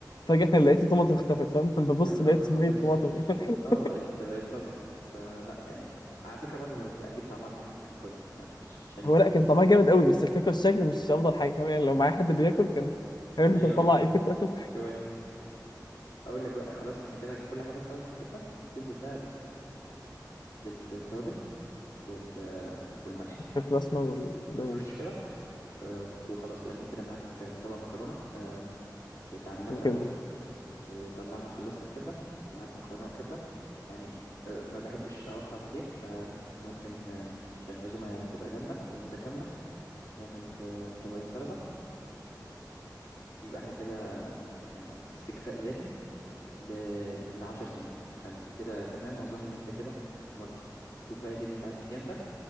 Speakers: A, on the left (about 80°); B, on the left (about 60°).
A: فجأة <laughs> لقيت الطماطم اختفت فاهم <laughs> ببص
B: يا خراب
A: لقيت
B: <laughs>
A: مية
B: بقت
A: طماطم <laughs>
B: اه بقت بقت صلصة فلا يعني على فكرة برضو هو اكيد طعمها كان كان كويس ما مش مش هننكر
A: هو لأ كان طعمها جامد قوي بس الفكرة الشكل مش أفضل حاجة فاهم يعني لو معايا حد بياكل كان <laughs> هيقول أنت
B: ايوه
A: بتطلع إيه فاهم
B: شوية اقول لك بقى خلاص احنا كده كل حاجة استوت في الكبدة تنزل بقى بال بالتوابل وال والملح
A: <laughs> البسمة
B: بت-
A: والبنج
B: بترش كده آه، وخلاص يبقى انت كده معاك طبق مكرونة آه، اللي عملناه
A: وكده
B: في الاول وطلعنا خلصنا الكبدة معاك مكرونة وكبدة يعني آه، ما بحبش اقطع كتير فممكن بس ممكن آه، عشان العزومة تبقى جامدة ومتكاملة نعمل آه، طبقين سلطة يبقى احنا كده يعني استكفاء ذاتي ل 10 سنين فانت كده تمام واظن ان انت كده مرضي شوف بقى يا سيدي انت عايز تيجي امتى